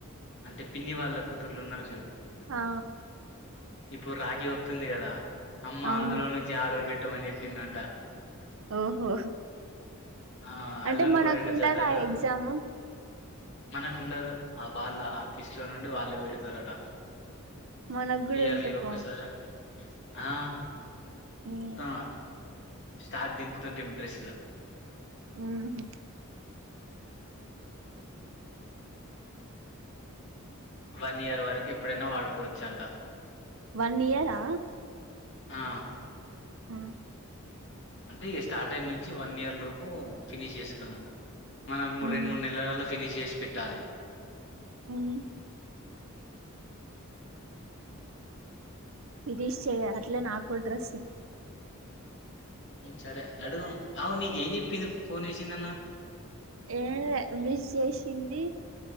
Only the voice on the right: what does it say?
ఆ
అవును
ఓహో
అంటే మనకు
ఉండదా
ఆ ఎగ్జామ్
మనకు కూడా
ఉంటే
బాగుండు
ఉమ్
ఉమ్ హు
వన్ ఇయరా
హా
ఉమ్
ఉమ్ గిరీష్ చెయ్య అట్లే నాకు కూడా డ్రెస్
ఏంలే విస్ చేసింది